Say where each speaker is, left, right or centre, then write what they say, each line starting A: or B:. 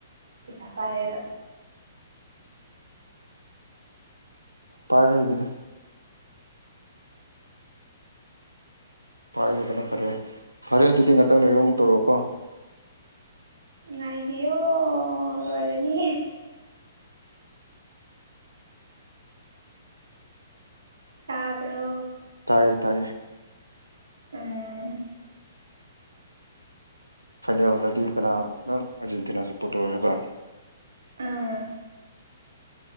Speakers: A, on the right; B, on the right.
A: ꯄꯩꯁꯥ ꯄꯥꯏꯔ
B: ꯄꯥꯏꯔꯣꯏꯒꯦꯗ ꯄꯥꯏꯗꯕꯅ ꯐꯔꯦ ꯐꯔꯦ ꯑꯗꯨꯗꯤ ꯉꯥꯛꯇꯪ ꯂꯩꯔ ꯑꯃꯨꯛ ꯇꯧꯔꯛꯑꯣꯀꯣ
A: ꯉꯥꯏꯕꯤꯑꯣ ꯂꯣꯏꯔꯅꯤ ꯇꯥꯕ꯭ꯔꯣ
B: ꯇꯥꯏꯌꯦ ꯇꯥꯏꯌꯦ
A: ꯎꯝ
B: ꯐꯥꯏꯅꯦꯜꯗꯗꯤ ꯀꯅꯥ ꯅꯪ ꯑꯥꯔꯖꯦꯟꯇꯤꯅꯥ ꯁꯞꯄꯣꯔꯠ ꯇꯧꯋꯦ ꯍꯥꯏꯕ
A: ꯑ